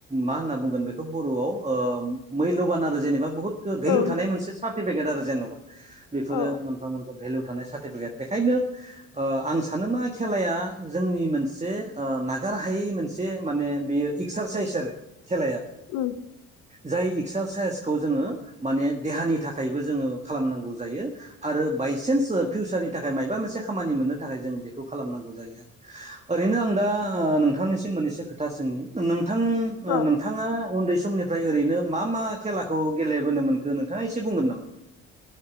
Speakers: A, on the right; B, on the left.
A: मा होनना बुंगोन बेखौ बर'आव ओ मैल्यबान आरो जेनेबा बुहुत भेलु
B: औ
A: थानाय मोनसे साब सार्टिफिकेट जेनेबा बेफोरो
B: औ
A: मोनफा मोनफा भेलु थानाय सारटिफिकेट बेखायनो ओ आं सानो मा खेलाया जोंनि मोनसे ओ ना गार हायै मोनसे माने बेयो एक्सारसाइस आरो खेलाया
B: उम।
A: जाय एक्सारसाइसखौ जोङो माने देहानि थाखायबो जोङो खालामनांगौ जायो आरो बायसान्स फिउचारनि थाखाय मायबा मोनसे खामानि मोननो थाखाय जों बेखौ खालामनांगौ जायो आरो ओरैनो आं दा ओ नोंथांनिसिम मोननैसो खोथा सोंनि नोंथां
B: औ
A: ओ नोंथाङा उन्दै समनिफ्राय ओरैनो मा मा खेलाखौ गेलेबोनो मोनखो नोंथाङा एसे बुंगोन नामा? <unintelligible>